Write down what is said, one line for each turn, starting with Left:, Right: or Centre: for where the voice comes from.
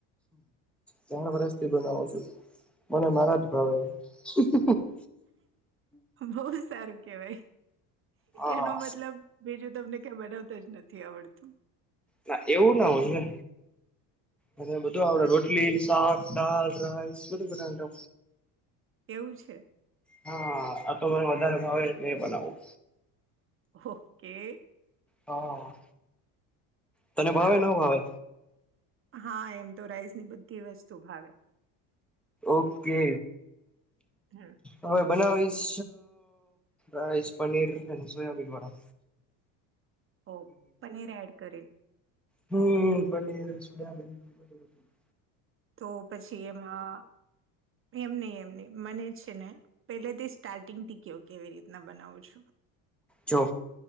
Centre: ચાર વર્ષથી બનાવો છું મને મારા જ ભાવે <unintelligible>
Right: બહ સારું કેવાય
Centre: હા
Right: એનો મતલબ બીજું તમને કઈ બનાવતા જ નથી આવડતું
Centre: ના એવું ના હોય ને અને બધું આપડે
Right: તો
Centre: રોટલી શાક દાલ રાઈસ બધું બના લો
Right: એવું છે
Centre: હા આ તો મને વધારે ભાવે નહી બનાવું
Right: ઓકે
Centre: હા તને
Right: સારું
Centre: ભાવે ન ભાવે
Right: હા એમ તો રાઈસ ની બધી વસ્તુ ભાવે
Centre: ઓકે
Right: હમ
Centre: હવે બનાવી સ અ રઈસ પનીર અને સોયા બી બરા
Right: ઓ પનીર એડ કરીન
Centre: હમ્મ પનીર સુ <unintelligible>
Right: તો પછી એમાં એમ ની એમ નહી મને છે ને પેલે તે સ્ટાર્ટિંગથી કેયો કેવી રીતના બનાવું છું.
Centre: જો